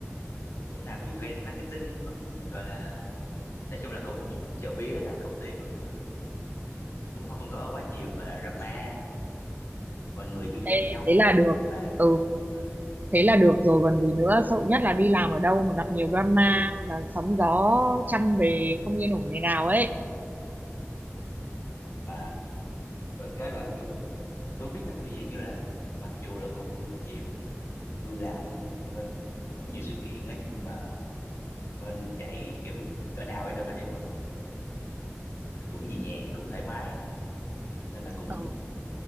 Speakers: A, on the left; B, on the right.
A: vẫn làm event marketing, vẫn gọi là nói chung là cũng trộm vía là công ty vẫn à, cũng không có quá nhiều gọi là drama, cũng mọi người yêu
B: Ê,
A: thương nhau,
B: thế là được.
A: nói chung là làm
B: Ừ,
A: à,
B: thế là được rồi còn gì nữa, sợ nhất là đi làm ở đâu mà gặp nhiều drama, là sóng gió trăm bề không yên ổn ngày nào ấy.
A: và được cái là kiểu tôi không biết nó kiểu dạng như là mặc dù là cũng nhiều tôi làm bên cũng nhiều sự kiện á nhưng mà bên chạy kiểu cỡ nào ấy nữa thì mọi người cũng cũng nhẹ nhàng cũng thoải mái nên là cũng
B: Ừ,